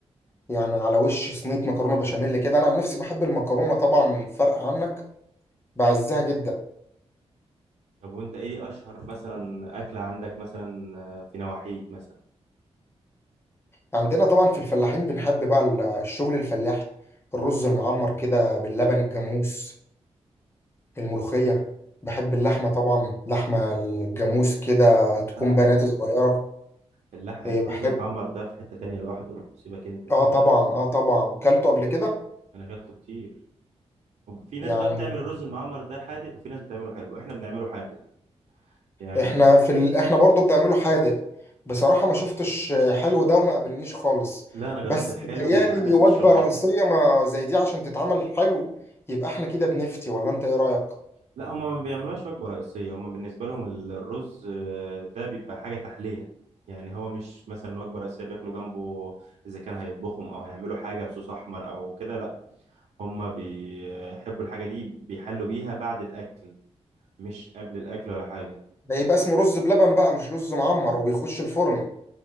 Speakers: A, on the left; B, on the right.
A: يعني على وش صينية مكرونة بشاميل كده أنا عن نفسي بحب المكرونة طبعا فرق عنك بعزها جدا
B: طب وانت ايه اشهر مثلا اكله عندك مثلا آه، في نواحيك مثلا
A: عندنا طبعا في الفلاحين بنحب بقى ال- الشغل الفلاحي الرز المعمر كده باللبن الجاموس الملوخية بحب اللحمة طبعا لحمة الجاموس كده تكون
B: لا،
A: بنات صغيرة
B: اللحق
A: إيه،
B: الرز
A: بحب
B: المعمر ده في حته تانية لوحده سيبك انت ده
A: اه طبعا اه طبعا كلته قبل كده
B: انا اكلته كتير وفي ناس
A: يعني
B: بقى بتعمل الرز المعمر ده حادق وفي ناس بتعمله حلو احنا بنعمله حادق يعني
A: احنا في ال... احنا برضو بنعمله حادق بصراحة ما شفتش حلو ده وما قابلنيش خالص
B: لا انا جربت
A: بس
B: الحلو
A: بتهيألي
B: مع ناس
A: وجبة
B: في الشغل عندي
A: رئيسية ما زي دي عشان تتعمل حلو يبقى احنا كده بنفتي ولا انت ايه رأيك
B: لا هما ما بيعملوهاش وجبة رئيسية هما بالنسبة لهم ال- الرز آه، ده بيبقى حاجة تحلية يعني هو مش مثلا وجبة رئيسية بياكلوا جنبه إذا كان هيطبخهم أو هيعملوا حاجة بصوص أحمر أو كده لا هما بيحبوا الحاجة دي بيحلوا بيها بعد الأكل مش قبل الأكل ولا حاجة
A: ده يبقى اسمه رز بلبن بقى مش رز معمر وبيخش الفرن